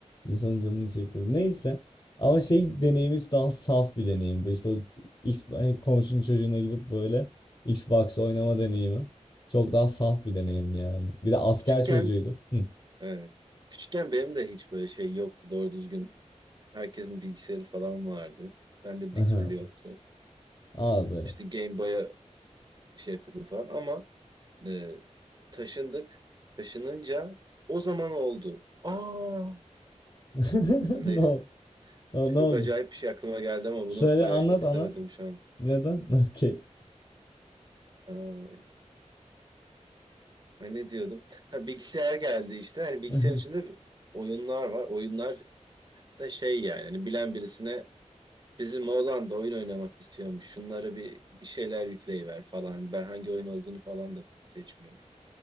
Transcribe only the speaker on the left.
insanın canını çekti. Neyse. Ama şey deneyimiz daha saf bir deneyimdi. İşte o X, hani komşunun çocuğuna gidip böyle Xbox oynama deneyimi. Çok daha saf bir deneyimdi yani. Bir de asker
çocuğuydu. Hı.
Aha.
Abi.
<laughs>
Ne oldu? Ne
oldu?
Söyle
anlat
anlat.
Neden? <laughs> Okey.
<laughs>